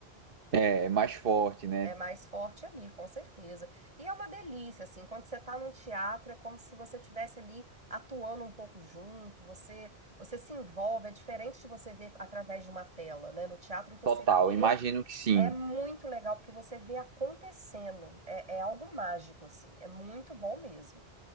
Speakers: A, on the right; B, on the right.
A: é, mais forte, né?
B: É mais forte ali, com certeza. E é uma delícia, assim, quando você tá num teatro, é como se você tivesse ali atuando um pouco junto, você você se envolve, é diferente de você ver através de uma tela, né? No teatro você
A: Total,
B: vê,
A: imagino que sim.
B: é muito legal, porque você vê acontecendo, é, é algo mágico, assim, é muito bom mesmo.